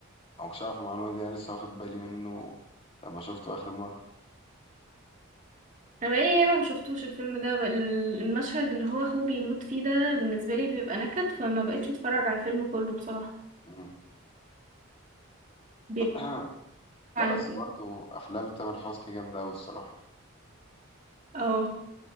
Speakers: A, on the left; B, on the right.
A: انا مكنتش عارف المعلومه دي انا لسه واخد بالي منه لما شفته اخر مره
B: انا بقالي ياما ما شفتوش الفيلم ده بقى ال- المشهد اللي هو اخوه بيموت فيه ده بالنسبة لي بيبقى نكد فما بقتش اتفرج على الفيلم كله بصراحة
A: مم.
B: بي-
A: <clears throat>
B: على
A: لا بس
B: ايه
A: برضه افلام تامر حسني جامده قوي الصراحه
B: اه